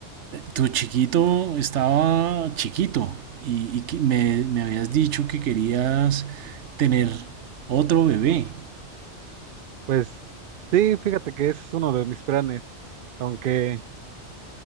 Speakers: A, on the right; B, on the right.
A: Tu chiquito estaba chiquito y, y que me, me habías dicho que querías tener otro bebé.
B: Pues sí, fíjate que ese es uno de mis planes, aunque...